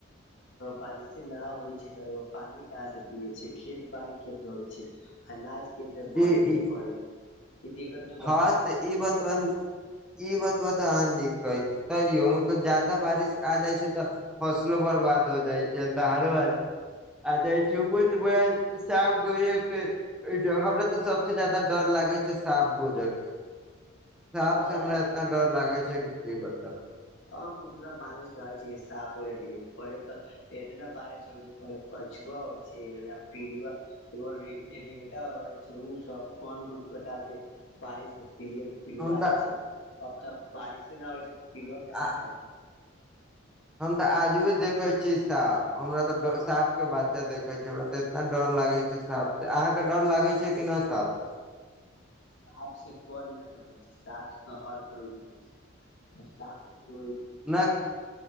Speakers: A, on the left (about 65°); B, in the centre.
A: बारिशे नहि होइ छै त पानी कहाँ से पियै छै खेत बाड़ी कत होइ छै अनाज कते
B: जी
A: बनेज
B: ई
A: <unintelligible> पे ई दत
B: हँ तऽ इ बात ई बतब तऽ अहाँ नीक कहै छी तैयो मतलब ज्यादा बारिश आ जाइ छै तऽ फसलो बर्बाद भ जाइ छै दहारो अ त छ कोइ छै को साफ <unintelligible> जे हमरा तऽ सबसे ज्यादा डर लागे छै सांप गुजर के सांप
A: अ
B: से हमरा इतना डर लागे छै कि की बताउ
A: आब उतना बारिश भय जेइहे साफ हो पहिले त इतना बारिश होइ छै पे कछुआ होइ छै या पिलुआ ए रे रिंग <unintelligible> वालला रहै छै ओ सब कोन कोन प्रकार के बारिश मे प पिलुआ
B: हम
A: आइ
B: तऽ
A: छै अब तऽ बारिशे नहि होइ छै तऽ पिलुव कहाँ
B: आ
A: से होइ छै
B: हम ते आजुए देखे छी सांप हमरा ते साफ के बच्चा देखे छी हमरा ते इतना डर लागे छै सांप से अहाँके डर लागै छै कि नहि सांप से
A: सांप से कोन न डरे छै सांप से तऽ हर कोइ डरै छै सांप तऽ कोनो
B: न